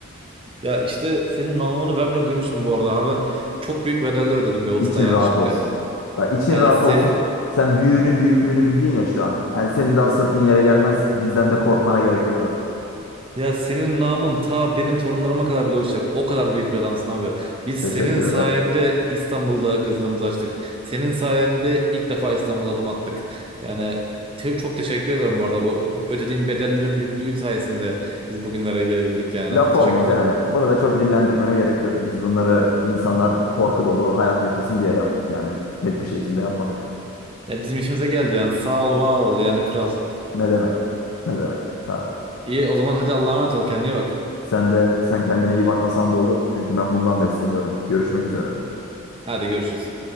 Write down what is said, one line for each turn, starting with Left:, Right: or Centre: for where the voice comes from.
Right: Ya işte senin namını ben bile duymuşum bu arada. Harbiden çok büyük bedeller ödedim be usta
Left: İçin
Right: yani.
Left: rahat
Right: Şimdi
Left: olsun. Bak için
Right: e,
Left: rahat
Right: sen-
Left: olsun. Sen büyüğünün büyüklüğünü bildin ya şu an. Yani senin daha sırtın yere gelmez. Bizden de korkmana gerek yok artık.
Right: Ya senin namın ta benim torunlarıma kadar bile uçacak. O kadar büyük bir adamsın abi. Biz
Left: Teşekkür
Right: senin sayende
Left: ederim.
Right: İstanbul'da gazinomuzu açtık. Senin sayende ilk defa İstanbul'a adım attık. Yani te- çok teşekkür ederim bu arada. Bu ödediğim bedellerin büyüklüğü sayesinde biz bugünlere gelebildik yani.
Left: Laf
Right: Teşekkür
Left: olmaz yani.
Right: ederim.
Left: Bunu da çok dillendirmene gerek yok. Biz bunları insanlar korku dolu hayat yaşasın diye yaptık yani. Pek bir şey için de yapmadık.
Right: Ya bizim işimize geldi yani. Sağ ol, var ol yani kral.
Left: Ne demek? Ne demek? Ha.
Right: İyi o zaman hadi Allah'a emanet ol kendine iyi bak.
Left: Sen de sen kendine iyi bakmasan da olur. Çünkü ben bundan besleniyorum. Görüşmek üzere.
Right: Hadi görüşürüz.